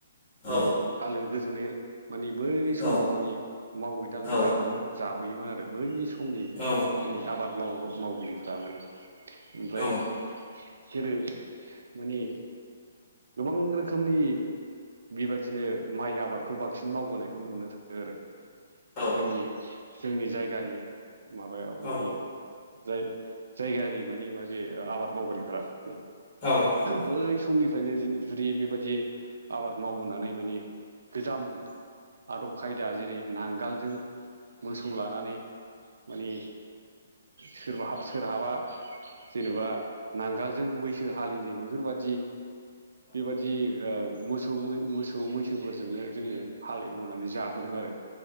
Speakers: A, on the left; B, on the right.
A: औ
B: माने आलो गोजोनै मानि बै समाव
A: औ
B: मानि मावै दाङै
A: औ
B: जाबो जाबोयोमोन आरो बै समनि
A: औ
B: माने आबाद माव मावगिरिफ्रा माने। ओमफ्राय
A: औ नोंथां
B: जेदो माने गोबां रोखोमनि बेबायदिनो माइ आबादखौ बांसिन मावबोनायखौ नुनो थाङो आरो।
A: औ नंगौ औ
B: जोंनि जोंनि जायगानि माबायाव माने
A: औ
B: जाय- जायगायारि माने माबे आबाद मावगिरिफ्रा बे
A: औ औ।
B: बै समनिफ्रायनो जु-जुदि बेबायादि आबाद मावबोनानै माने गोजाम आदब खायदा जेरै नांगालजों मोसौ लानानै। माने सोरबाहा सोरहाबा जेनेबा नांगालजों मैसो हालिनाय बेफोरबायदि। बेबादि ओ मोसौ मोसौ मैसोफोरजोंनो जोङो हाल एव बोनानै जाबोदों आरो